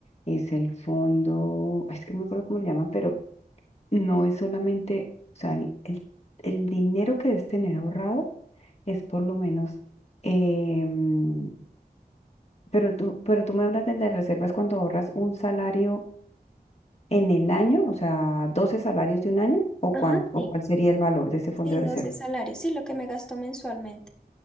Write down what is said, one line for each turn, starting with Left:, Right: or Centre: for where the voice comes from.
Left: es el fondo, es que no me acuerdo cómo le llaman, pero no es solamente, o sea, el, el- el dinero que debes tener ahorrado es por lo menos, em, pero tú, pero tú me hablas de las reservas cuando ahorras un salario en el año, o sea, 12 salarios de un año, o
Centre: Ajá,
Left: cuánto, o
Centre: sí.
Left: cuál sería el valor de ese fondo
Centre: Sí,
Left: de
Centre: 12
Left: reserva.
Centre: salarios, sí, lo que me gasto mensualmente.